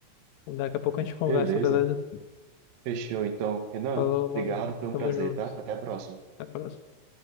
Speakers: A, on the left (about 75°); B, on the right (about 65°).
A: Daqui a pouco a gente conversa,
B: Beleza.
A: beleza?
B: Fechou, então. Renan,
A: Falou, mano.
B: obrigado, foi um
A: Tamo
B: prazer,
A: junto.
B: tá? Até a próxima.
A: Até a próxima.